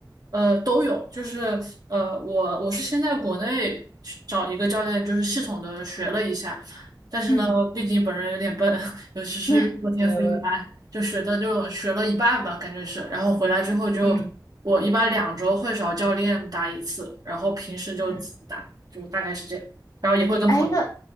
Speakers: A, on the right (about 55°); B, on the left (about 50°).
A: 呃，都有，就是呃，我我是先在国内去找一个教练，就是系统的学了一下，但是呢，
B: 嗯，
A: 毕竟本人有点笨，<laughs> 尤其是运动天赋一般，
B: 那没有没有，
A: 就学的就学了一半吧，感觉是，然后回来之后就我一般两周会找教练打一次，
B: 嗯
A: 然后平时就自己打，
B: 嗯，
A: 就大概是这样，然后也会跟朋友打，
B: 哎，那